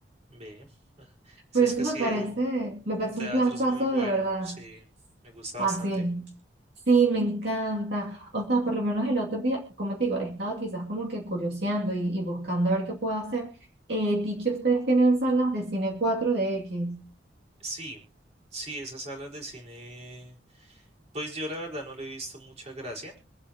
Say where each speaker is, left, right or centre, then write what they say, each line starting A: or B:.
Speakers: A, on the right; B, on the right.
A: bien. <laughs> Si
B: Pero
A: es
B: eso
A: que
B: me
A: sí,
B: parece,
A: el,
B: me parece
A: el teatro
B: un planzazo
A: es muy bueno,
B: de verdad.
A: sí, me gusta
B: Ay,
A: bastante.
B: sí. Sí, me encanta. O sea, por lo menos el otro día, como te digo, he estado quizás como que curioseando y, y buscando a ver qué puedo hacer. Eh, vi que ustedes tienen salas de cine 4DX.
A: Sí, sí, esas salas de cine, pues yo la verdad no le he visto mucha gracia,